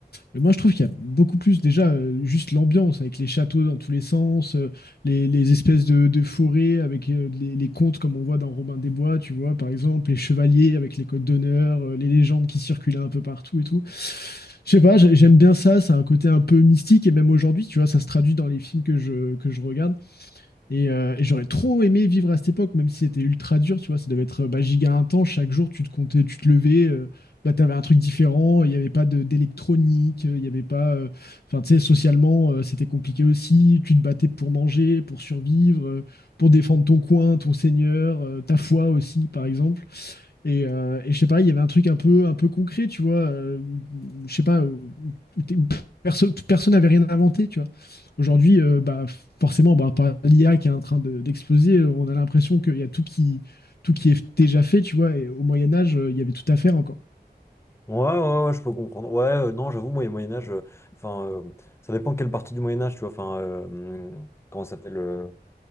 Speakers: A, on the left; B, on the left.
A: moi, je trouve qu'il y a beaucoup plus déjà euh, juste l'ambiance avec les châteaux dans tous les sens, euh, les, les espèces de, de forêts avec euh, les, les contes comme on voit dans Robin des Bois, tu vois, par exemple, les chevaliers avec les codes d'honneur, euh, les légendes qui circulaient un peu partout et tout. Je sais pas, j'ai- j'aime bien ça, ça a un côté un peu mystique et même aujourd'hui, tu vois, ça se traduit dans les films que je, que je regarde. Et, euh, et j'aurais trop aimé vivre à cette époque, même si c'était ultra dur, tu vois, ça devait être euh, bah, giga intense, chaque jour tu te comptais, tu te levais, euh, bah, t'avais un truc différent, il n'y avait pas de- d'électronique, euh, il n'y avait pas... euh, Enfin, tu sais, socialement, euh, c'était compliqué aussi, tu te battais pour manger, pour survivre, euh, pour défendre ton coin, ton seigneur, euh, ta foi aussi, par exemple. Et, euh, et je sais pas, il y avait un truc un peu, un peu concret, tu vois. euh, où- je sais pas, où, où t'es- où personne, personne n'avait rien inventé, tu vois. Aujourd'hui, euh, bah, forcément, bah, par l'IA qui est en train de- d'exploser, euh, on a l'impression qu'il y a tout qui, tout qui est déjà fait, tu vois. Et au Moyen Âge, euh, il y avait tout à faire encore.
B: Ouais, ouais, ouais, je peux comprendre. Ouais, euh, non, j'avoue, moi, le Moyen-Âge, euh, enfin, euh, ça dépend quelle partie du Moyen-Âge, tu vois, enfin, euh, hum, comment ça s'appelle euh,